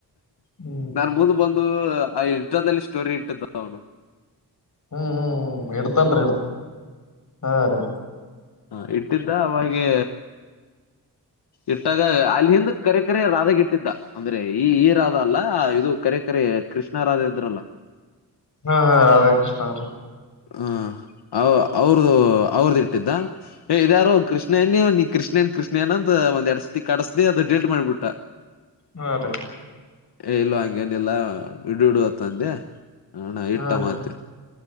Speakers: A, on the left (about 50°); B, on the left (about 80°).
A: ಹ್ಮ್
B: ನಾ ಮುಂದ್ ಬಂದು. ಇನ್ಸ್ಟಾದಲ್ಲಿ ಸ್ಟೋರಿ ಇಟ್ಟಿದ್ದ ಅವ್ನು.
A: ಹ್ಮ್ ಹ್ಮ್ ಹ್ಮ್ ಹ್ಮ ಇಡ್ತಾನ್ ರೀ ಇಡ್ತಾನ್ ಹಾ ರೀ
B: ಹ ಇಟ್ಟಿದ್ದ ಅವಾಗೆ ಇಟ್ಟಾಗ ಅಲ್ಲಿ ಹಿಂದ್ ಕರೆಕರೆ ರಾಧಾಗ ಇಟ್ಟಿದ್ದ ಅಂದ್ರೆ ಈ ಈ ರಾಧ ಅಲ್ಲ ಇದು ಕರೆಕರೆ. ಕೃಷ್ಣರಾಧ ಇದ್ರಲ್ಲ.
A: ಹಾ ಹಾ ರಾಧಾಕೃಷ್ಣ ಅವ್ರಿ
B: ಹ ಅವ ಅವ್ರದು ಅವ್ರದ ಇಟ್ಟಿದ್ದ ಏ ಇದ್ಯಾರು ಕೃಷ್ಣಯನ ನೀ ಕೃಷ್ಣೇನ್ ಕೃಷ್ಣಯನ ಅಂತ ಒಂದ್ ಎಡಸ್ದಿ ಕಡಸ್ದಿ ಅದ ಡೀಲಿಟ್ ಮಾಡ್ಬಿಟ್ಟ.
A: ಹಾ ರೀ
B: ಹೇ ಇಲ್ಲ ಹಂಗನ್ ಇಲ್ಲ ಇಡು ಇಡು ಅಂಥ ಅಂದೆ. ಹಣಾ ಇಟ್ಟ
A: ಹಾ ರೀ
B: ಮಾತ್ತೆ.